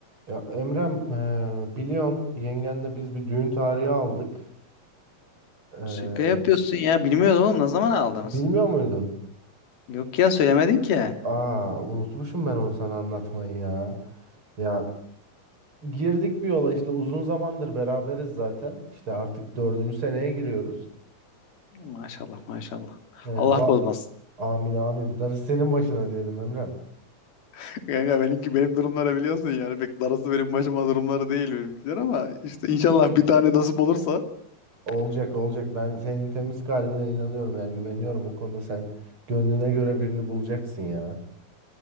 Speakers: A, on the right; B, on the left.
A: Ya Emrem, eee biliyorsun yengenle biz bir düğün tarihi aldık. Eee,
B: Şaka yapıyorsun ya. Bilmiyordum oğlum. Ne zaman aldınız?
A: bilmiyor muydun?
B: Yok ya söylemedin ki.
A: Aa, unutmuşum ben onu sana anlatmayı ya. Ya girdik bir yola işte uzun zamandır beraberiz zaten. İşte artık dördüncü seneye giriyoruz.
B: Maşallah maşallah.
A: Eee,
B: Allah
A: ba-
B: bozmasın.
A: amin amin. Darısı senin başına diyelim Emrem.
B: <laughs> Kanka benimki benim durumları biliyorsun yani pek darısı benim başıma durumları değil benimkiler ama işte inşallah bir tane nasip olursa
A: Olacak olacak. Ben senin temiz kalbine inanıyorum yani güveniyorum o konuda sen gönlüne göre birini bulacaksın ya.